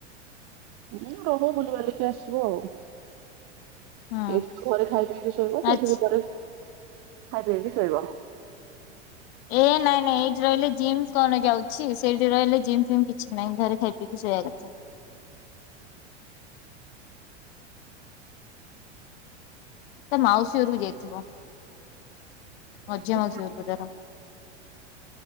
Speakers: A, on the right; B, on the left.
A: ଏଇନେ ରହିବ ବୁଲି ବାଲିକି ଆସିବ ଆଉ।
B: ହୁଁ
A: ଏଇଠି ବି ଘରେ ଖାଇ ପିଇକି ଶୋଇବା ସେଇଠି
B: ଆଚ୍ଛା
A: ବି ଘରେ ଖାଇ ଦେଇକି ଶୋଇିବ।
B: ଏ ନାଇଁ ନାଇଁ ଏଇଠି ରହିଲେ ଜିମ୍ କଣ ଯାଉଛି ସେଇଠି ରହିଲେ ଜିମ୍ ଫିମ କିଛି ନାହିଁ ଘରେ ଖାଇ ପିଇକି ସୋଇବା କଥା। ତା ମାଉସୀ ଘରକୁବଯାଇଥିବ। <unintelligible>
A: କହିଲି